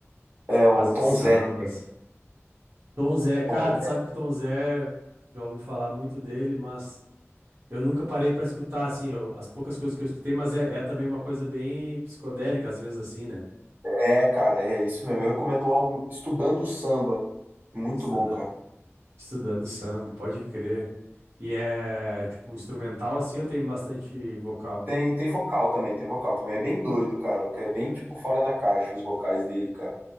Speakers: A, on the right; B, on the right.
A: É o
B: Faz os
A: Tom
B: sambas.
A: Zé.
B: Tom Zé, cara,
A: Tom
B: sabe
A: Zé.
B: que o Tom Zé, já ouvi falar muito dele, mas eu nunca parei pra escutar, assim, eu- as poucas coisas que eu escutei, mas é, é também uma coisa bem psicodélica, às vezes, assim, né?
A: É, cara, é isso mesmo. Eu recomendo o álbum Estudando Samba. Muito
B: Estuda-
A: bom, cara.
B: estudando samba, pode crer. E é, tipo, instrumental, assim, eu tenho bastante vocal.
A: Tem, tem vocal também, tem vocal também. É bem doido, cara. que É bem, tipo, fora da caixa os vocais dele, cara.